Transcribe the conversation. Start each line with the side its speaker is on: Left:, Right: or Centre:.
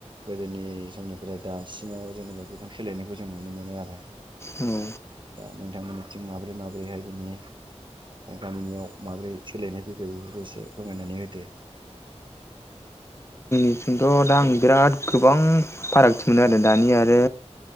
Right: गोदोनि समनिफ्राय दासिमाव जेनेबा गोबां सोलायनायखौ जों नुनो मोनो आरो
Left: औ
Right: दा नोंथांमोननिथिं माबोरै माबोरैहाय बिनि गामिनियाव माबोरै सोलायनाय फैगो बेफोरखौ एसे फोरमायनानै होदो
Left: जोंथ' दा आं बिराद गो बां फारागथि मोनो आरो दानि आरो